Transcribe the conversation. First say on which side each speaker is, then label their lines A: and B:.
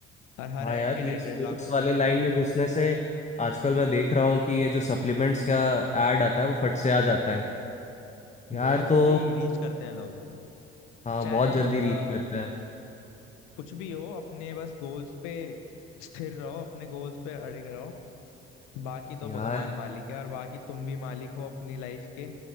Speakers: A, on the left; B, on the left.
A: और हर
B: हाँ
A: एड
B: यार
A: के
B: ये
A: डेढ़
B: स्पोर्ट्स
A: डेढ़ लाख रुपए
B: वाले लाइन में घुसने से आजकल मैं देख रहा हूँ कि ये जो सप्लीमेंट्स का एड आता है वो फट से आ जाता है
A: बहुत
B: यार
A: जल्दी
B: तो
A: रीच करते हैं लोग
B: हाँ
A: चाहे
B: बहुत जल्दी
A: अ,
B: रीच करता है
A: कुछ भी हो अपने बस गोल्स पे स्थिर रहो अपने गोल्स पे अड़िग रहो बाकी तो
B: यार
A: भगवान मालिक है और बाकी तुम भी मालिक हो अपनी लाइफ के